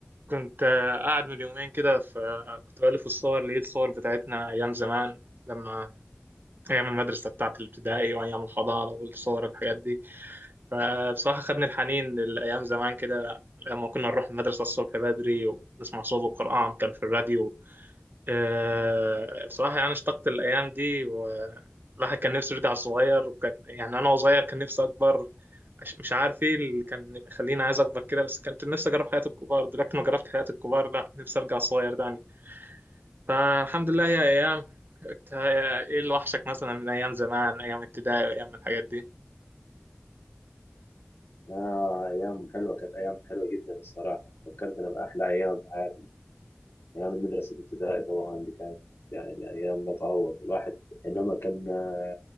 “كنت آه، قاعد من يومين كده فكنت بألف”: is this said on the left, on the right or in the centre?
Right